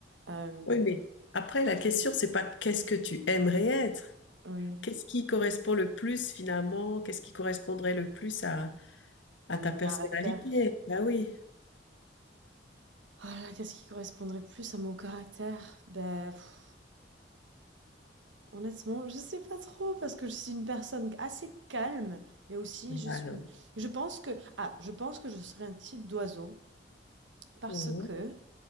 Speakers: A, on the right; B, on the left.
A: Euh,
B: Oui, mais après, la question, c'est pas qu'est-ce que tu aimerais être?
A: oui,
B: Qu'est-ce qui correspond le plus, finalement? Qu'est-ce qui correspondrait le plus à À
A: à mon
B: ta personnalité,
A: caractère.
B: bah oui.
A: Oh là, qu'est-ce qui correspondrait plus à mon caractère? Ben pff, honnêtement, je sais pas trop parce que je suis une personne assez calme, mais aussi
B: Bah
A: je suis,
B: alors.
A: une- je pense que ah, je pense que je serais un type d'oiseau parce
B: Mhm.
A: que